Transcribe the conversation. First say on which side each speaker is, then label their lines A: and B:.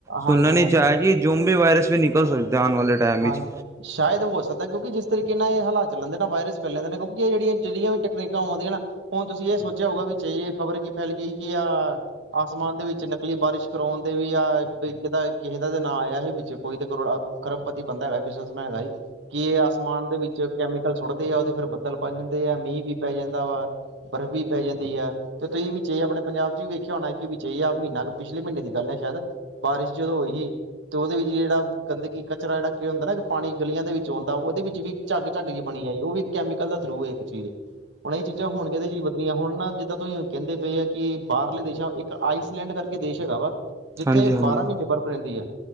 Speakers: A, on the right; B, on the right.
A: ਸੁਣਨਾ
B: ਹਾਂਜੀ,
A: ਨਹੀ
B: ਹਾਂਜੀ।
A: ਚਾਹੇ ਕਿ ਜੋਮਬੀ ਵਾਇਰਸ ਵੀ ਨਿਕਲ ਸਕਦੇ ਆਉਣ ਵਾਲੇ- ਟਾਈਮ ਵਿੱਚ
B: ਹਾਂ। ਸ਼ਾਇਦ ਹੋ ਸਕਦਾ ਕਿਉਂਕਿ ਜਿਸ ਤਰੀਕੇ ਨਾਲ ਇਹ ਹਾਲਾਤ 'ਚ ਲੈਦੇ ਨਾ ਵਾਇਰਸ ਫੈਲੈਦੇ ਨੇ ਕਿਉਂਕਿ ਇਹ ਜਿਹੜੀਆਂ- ਜਿਹੜੀਆਂ ਵੀ ਤਕਨੀਕਾਂ ਆਉਦੀਆਂ ਨਾ- ਹੁਣ ਤੁਸੀ ਇਹ ਸੋਚਿਆ ਹੋਊਗਾ ਵੀ ਚੈਈਐ ਖਬਰ ਕੀ ਫੈਲ ਗਈ ਕਿ ਆਹ ਆਸਮਾਨ ਦੇ ਵਿਚਲ ਨਕਲੀ ਬਾਰਿਸ਼ ਕਰਾਉਣ ਦੇ ਵੀ ਆ ਬੀ ਇਕ ਦਾ ਕਿਸੇ ਦਾ ਤੇ ਨਾਂ ਆਇਆ ਸੀ ਬਿਚ ਕੋਈ ਤੇ ਕਰੋੜਾ ਆ ਖਰਬ ਪਤ ਇਕ ਬੰਦਾ ਹੈਗਾ ਬਿਜਨਸ ਮੈਨ ਹੈਗਾ ਈ। ਕੀ ਆਸਮਾਨ ਦੇ ਵਿਚ ਕੈਮੀਕਲ ਸੁੱਟਦੇ ਆ ਉਹਦੇ ਫਿਰ ਬੱਦਲ ਬਣ ਜਾਦੇ ਆ ਮੀਂਹ ਵੀ ਪੈ ਜਾਦਾ ਵਾ- ਬਰਫ਼ ਵੀ ਪੈ ਜਾਦੀ ਆ। ਤੇ ਤੁਸੀਂ ਵਿਚੇ ਆਪਣੇ ਪੰਜਾਬ ਚ ਵੀ ਵੇਖਿਆ ਹੋਣਾ ਕਿ ਵਿਚੇ ਆਹ ਮਹੀਨਾ ਪਿਛਲੇ ਮਹੀਨੇ ਦੀ ਗੱਲ ਐ ਸ਼ਾਇਦ। ਬਾਰਿਸ਼ ਜਦੋਂ ਹੋਏ ਗੀ ਤੇ ਉਹਦੇ ਵਿੱਚ ਜਿਹੜਾ ਗੰਦਗੀ ਕ ਇਸ ਤਰਾ ਕਿ ਹੁੰਦਾ ਨਾ ਪਾਣੀ ਗਲੀਆਂ ਦੇ ਵਿੱਚ ਆਉਦਾ ਉਹਦੇ ਵਿੱਚ ਵੀ ਝੱਗ -ਝੱਗ ਜੀ ਬਣੀ ਆਈ। ਉਹ ਵੀ ਕੈਮੀਕਲ ਦਾ ਥਰੂ ਐ ਇੱਕ ਚੀਜ਼। ਹੁਣ ਇਹ ਚੀਜ਼ਾਂ ਹੋਣਗੀਆਂ ਜੀ ਵਧੀਆ ਹੁਣ ਨਾ ਜਿੱਦਾਂ ਤੁਸੀਂ ਕਹਿੰਦੇ ਪਏ ਆ ਕਿ ਬਾਹਰਲੇ ਦੇਸ਼ਾਂ ਆਈਸਲੈਂਡ ਕਰਕੇ ਦੇਸ਼ ਹੈਗਾ ਵਾ ਜਿੱਥੇ
A: ਹਾਂਜੀ-ਹਾਂਜੀ
B: ਬਾਰਾਂ ਮਹੀਨੇ ਬਰਫ਼ ਰਹਿੰਦੀ ਐ,